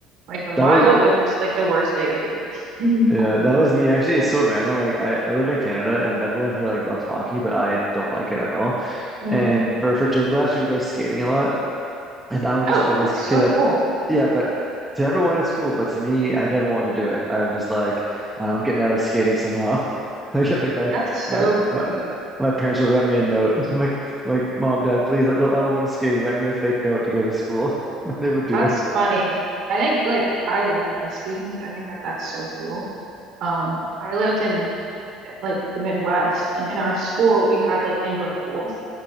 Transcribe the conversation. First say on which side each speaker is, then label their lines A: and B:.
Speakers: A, on the right (about 65°); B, in the centre.
A: like the mile
B: That was
A: was just like the worst day of the year. <laughs>
B: yeah, that was me. Actually, it's so random. Like I, I live in Canada and everyone here like loves hockey, but I don't like it at all.
A: Mm.
B: And for for gym class, you would go skating a lot. And I would just
A: Oh,
B: always
A: that's
B: get
A: so
B: out.
A: cool.
B: Yeah, but to everyone it's cool, but to me, I never want to do it. I would just like, uh, I'm getting out of skating somehow. <laughs> I get like my
A: That's so
B: my
A: funny.
B: my, my parents will write me a note. <laughs> I'm like I'm like mom, dad, please, I don't want to go skating. Write me a fake note to go to school. <laughs> They would do
A: That's
B: it.
A: funny. I think like I love ice skating, so I think that that's so cool. Um, I lived in like the Midwest, and in our school we had like indoor pools.